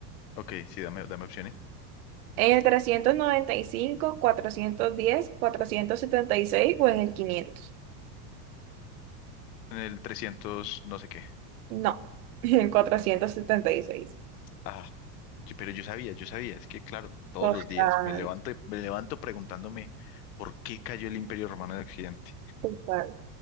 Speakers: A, on the left (about 75°); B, on the right (about 60°).
A: Ok, sí, dame, dame opciones.
B: ¿En el trescientos noventa y cinco, cuatrocientos cuatrocientos diez, cuatrocientos setenta y seis o en el quinientos.
A: En el 300, no sé qué.
B: No, <laughs> en 476.
A: Ah, yo- pero yo sabía, yo sabía. Es que, claro, todos
B: Total,
A: los días me levanto, y- me levanto preguntándome por qué cayó el Imperio Romano en Occidente.
B: total.